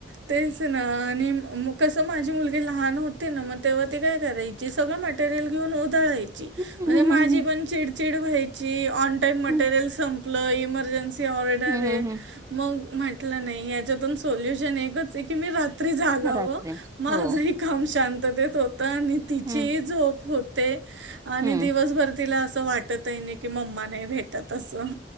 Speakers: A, on the right (about 85°); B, on the right (about 20°).
A: तेच ना आणि मग कसं माझी मुलगी लहान होती ना मग तेव्हा ती काय करायची सगळं. ते रील घेऊन उधळाय. अरे
B: हम्म
A: माझी
B: हम्म
A: पण चिडचिड व्हायची ऑनटाइम मटेरियल
B: हम्म
A: संपलं इमर्जन्सी ऑर्डर
B: हम्म हम्म
A: य
B: हम्म
A: मग म्हटलं नाही यांच्यातून सोल्युशन एकच य की मी रात त्री जागावं
B: हम्म. रात्री
A: माझंही
B: हो
A: काम शांततेत होतं आणि तिचीही
B: हम्म
A: झोप होत ते आणि
B: हम्म
A: दिवसभर तिला असं वाटत ही आहे नाही कि मम्मा नाही भेटत असं.